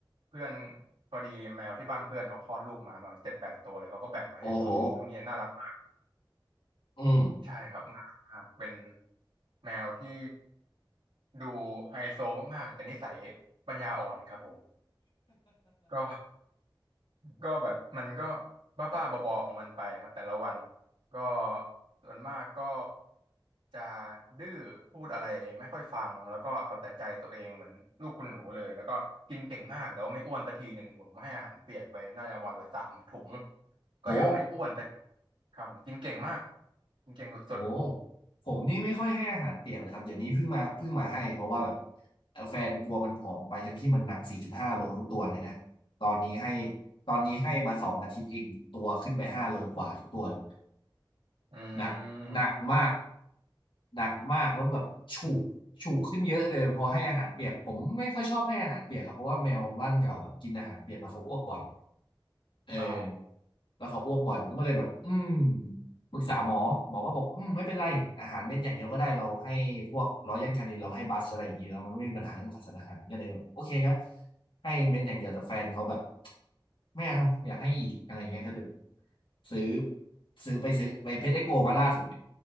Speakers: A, on the right; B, on the left.
A: เพื่อนพอดีแมวที่บ้านเพื่อนเขาคลอดลูกมาประมาณเจ็ดแปดตัวเลยเขาก็แบ่งมาให้ตัวหนึ่งตัวนี้น่ารักมาก
B: โอ้โห อืม
A: ใช่ครับน่ารักมากเป็นแมวที่ดูไฮโซมากๆแต่นิสัยปัญญาอ่อนครับผมก็ ก็แบบมันก็บ้าๆบอๆของมันไปครับแต่ละวันก็ส่วนมากก็จะดื้อพูดอะไรไม่ค่อยฟังแล้วก็เอาแต่ใจตัวเองเหมือนลูกคุณหนูเลยแล้วก็กินเก่งมากแต่ว่าไม่อ้วนสักทีหนึ่งผมให้อาหารเปียกไปน่าจะวันละสามถุง
B: โห
A: ก็ยังไม่อ้วนสักทีครับผมกินเก่งมากกินเก่งสุด
B: โหผมนี่ไม่ค่อยให้อาหารเปียกเลยครับ เดี๋ยวนี้เพิ่งมาเพิ่งมาให้เพราะว่าแบบเอ่อแฟนกลัวมันผอมไปทั้งที่มันหนัก 4.5โลทุกตัวเลยนะ ตอนนี้ให้ตอนนี้ให้มาสองอาทิตย์เองตัวขึ้นไป5โลกว่าทุกตัวเลย
A: ๆ <laughs> อื
B: หนักหนักมาก
A: ม
B: หนักมากแล้วแบบฉุกฉุกขึ้นเยอะเลยพอให้อาหารเปียกผมไม่ค่อยชอบให้อาหารเปียกอะเพราะว่าแมวบ้านเก่าแบบกินอาหารเปียกแล้วเขาอ้วกบ่อย
A: <laughs>
B: เออ
A: อ๋อ
B: แล้วเขาอ้วกบ่อยผมก็เลยแบบอืมปรึกษาหมอหมอก็บอกอืมไม่เป็นไรอาหารเม็ดอย่างเดียวก็ได้เราให้พวกรอยัลคานินเราให้บัสอะไรอย่างนี้แล้วมันไม่มีปัญหาเรื่องขาดสารอาหารก็เลยแบบโอเคครับให้เม็ดอย่างเดียวแต่แฟนเขาแบบไม่เอาอยากให้อีกอะไรเงี้ยก็เลยซื้อซื้อไปซื้อไปเพชรเอ็กโปมาล่าสุดเนี่ย